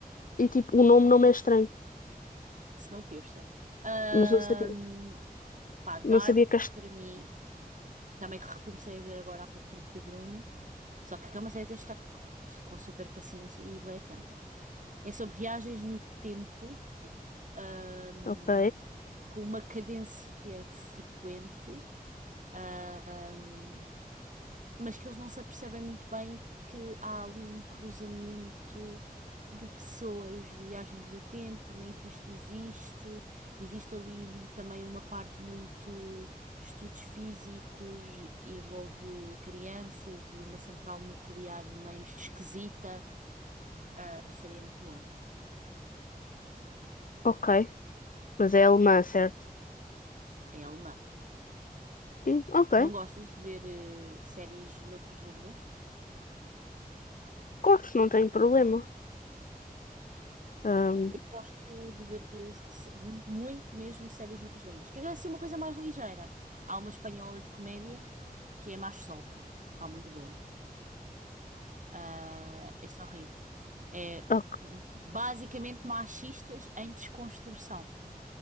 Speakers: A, on the left; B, on the right.
A: E tipo, o nome não me é estranho,
B: Snowpiercer. Ahm,
A: mas não sabia.
B: pá, Dark,
A: Não sabia que. as-
B: para mim, também que recomecei a ver agora há pouco tempo com o Bruno. Só que é uma série que tens de estar com super paciência e bem atenta. É sobre viagens no tempo, ahm,
A: Ok,
B: com uma cadência frequente Ahm, mas que eles não se apercebem muito bem que há ali um cruzamento de pessoas, de viagens do tempo, nem que isto existe. Existe ali um- também uma parte muito estudos físicos que envolve crianças e uma central nuclear meio esquisita. Ah, a série é muito boa,
A: ok. Mas é alemã, certo?
B: é alemã.
A: Hum, ok.
B: Não gostas de ver eh, séries noutras línguas?
A: Gosto, não tenho problema. Ahm,
B: Eu gosto de ver eh, se- muito, muito mesmo séries noutras línguas. Quer dizer, assim, uma coisa mais ligeira. Há uma espanhola de comédia que é Macho Solfa. Pá, muito boa. Ah, é só rir. É
A: ok.
B: basicamente machistas em desconstrução.